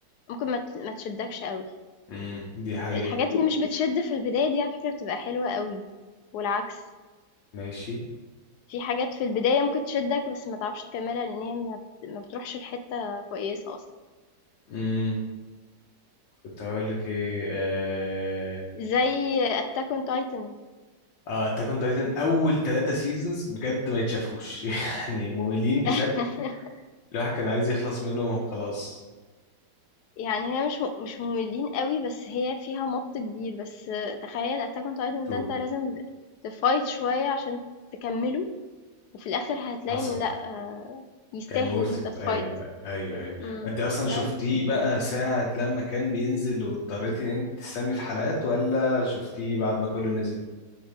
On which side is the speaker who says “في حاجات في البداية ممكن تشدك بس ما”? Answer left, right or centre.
Left